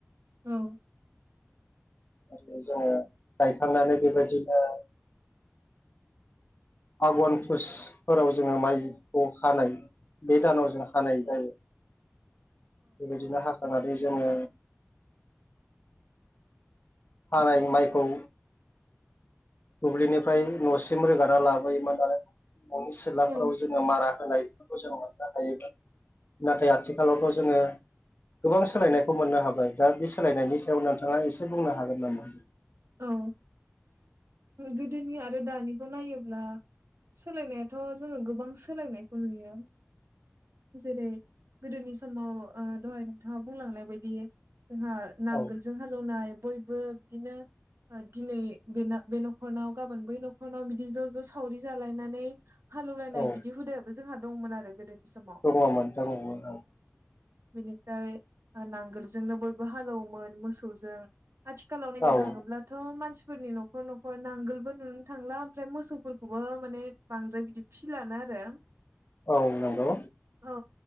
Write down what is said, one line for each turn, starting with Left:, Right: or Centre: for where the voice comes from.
Right: औ।
Left: आरो जोंङो गायखांनानै बेबायदिनो आगन फुसफोराव जोङो माइखौ हानाय बे दानाव जों हानाय जायो बेबायदिनो हाखांनानै जोङो। हानाय माइखौ दुब्लिनिफ्राय न'सिम रोगाना लाबोयोमोन आरो न'नि सिलाफोराव
Right: औ
Left: जोंङो मारा होनाय बेफोरखौ जों मोननो हायोमोन। नाथाय आथिखालावथ' जोङो गोबां सोलायनायखौ मोननो हाबाय दा बे सोलायनायनि सायाव नोंथाङा एसे बुंनो हागोन नामा
Right: औ गोदोनि आरो दानिखौ नायोब्ला सोलायनायाथ' जोङो गोबां सोलायनायखौ नुयो जेरै गोदोनि समाव दहाय नोंथाङा बुंलांनाय बायदि जोंहा नांगोलजों
Left: औ
Right: हालेवनाय बयबो बिदिनो दिनै बे बे न'खरनाव गाबोन बै न'खरनाव बिदि ज' ज' सावरि जालायनानै हालेवलायनाय
Left: औ
Right: बिदि हुदायाबो जोंहा दंमोन आरो गोदोनि समाव
Left: दङमोन नोथां नोंगौ‌ औ।
Right: बेनिफ्राय नांगोलजोंनो बयबो हालेवोमोन मोसौजों आथिखालाव नायनो
Left: औ
Right: थांङोब्ला मानसिफोरनि न'खर न'खर नांगोलबो नुनो थांला ओमफ्राय मोसौफोरखौबो माने बांद्राय फि ख लानो आरो
Left: औ नंगौ।
Right: औ